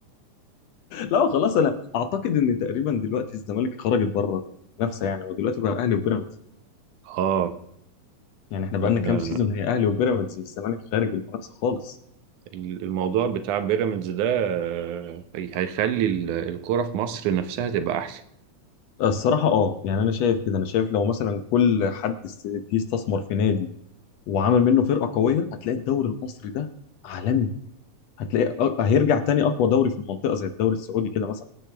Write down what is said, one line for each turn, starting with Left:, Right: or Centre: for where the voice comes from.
Left: لا خلاص أنا أعتقد إن تقريبا دلوقتي الزمالك خرجت بره المنافسة يعني ودلوقتي بقى أهلي وبيراميدز
Right: اه
Left: يعني إحنا بقالنا
Right: أنا-
Left: كام سيزون هي أهلي وبيراميدز الزمالك خارج المنافسة خالص
Right: الموضوع بتاع بيراميدز ده آه، هيخلي ال- الكرة في مصر نفسها تبقى احسن
Left: الصراحة اه يعني أنا شايف كده أنا شايف لو مثلا كل حد است- جه استثمر في نادي وعمل منه فرقة قوية هتلاقي الدوري المصري ده عالمي هتلاقي أ- هيرجع تاني أقوى دوري في المنطقة زي الدوري السعودي كده مثلا